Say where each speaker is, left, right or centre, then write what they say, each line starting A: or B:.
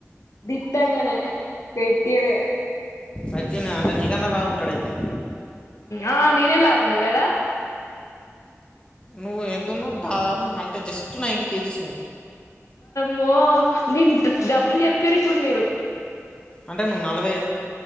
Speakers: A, on the left (about 80°); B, on the left (about 20°).
A: దిట్టంగా నే గట్టిగానే
B: వచ్చి అంత నీకన్నా బాగుంటాడు అయితే
A: ఆ నీ నేను లవ్ వున్నా కదా
B: నువ్వు ఎంతన్నావు దాదాపు అంటే జస్ట్ నైంటీ కేజీస్ నువ్వు
A: అబ్బో నేన్ డబ్బల్ చెప్పారు ఇప్పుడు మీరు
B: అంటే నువ్వు నలభై